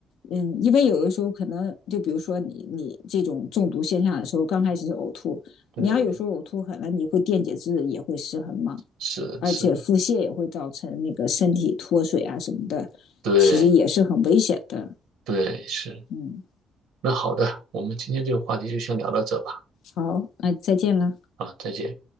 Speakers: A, on the left; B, on the right.
A: 嗯，因为有的时候可能就比如说你你这种中毒现象的时候，刚开始是呕吐，
B: 对，
A: 你要有时候呕吐狠了，你会电解质也会失衡嘛，
B: 是是，
A: 而且腹泻也会造成那个身体脱水啊什么的，
B: 对
A: 其实也是很危险的。
B: 对是。
A: 嗯，
B: 那好的，我们今天这个话题就先聊到这吧。
A: 好，那再见了。
B: 啊，再见。